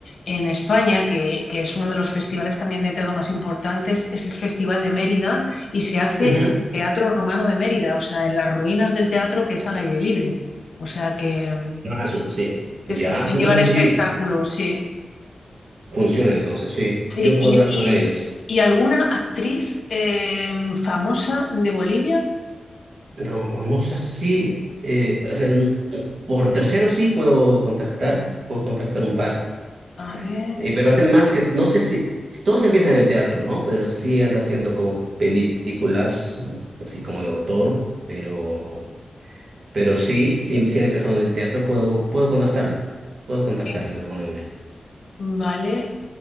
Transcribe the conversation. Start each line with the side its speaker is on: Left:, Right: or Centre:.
Left: en España, que, que es uno de los festivales también de teatro más importantes, es el Festival de Mérida y se hace
Right: Ujú.
Left: en el Teatro Romano de Mérida, o sea, en las ruinas del teatro que es al aire libre. O sea que,
Right: Amazon, sí. pues
Left: que se
Right: Ya,
Left: pueden
Right: entonces
Left: llevar espectáculos,
Right: sí,
Left: sí.
Right: funciona entonces, sí.
Left: Sí,
Right: Yo puedo
Left: y,
Right: hablar
Left: y-
Right: con ellos.
Left: y alguna actriz eh, famosa de Bolivia.
Right: No, vamos así. eh, o sea, n- por tercero sí puedo contactar, puedo contactar un par.
Left: A ver,
Right: Eh, pero hacen más que, no sé si, si todos empiezan en el teatro, ¿no? Pero sí anda haciendo como películas, así como de autor, pero, pero sí, sí, sí han empezado en el teatro, puedo, puedo contactarlo, puedo contactarlas
Left: eh,
Right: de alguna manera.
Left: vale.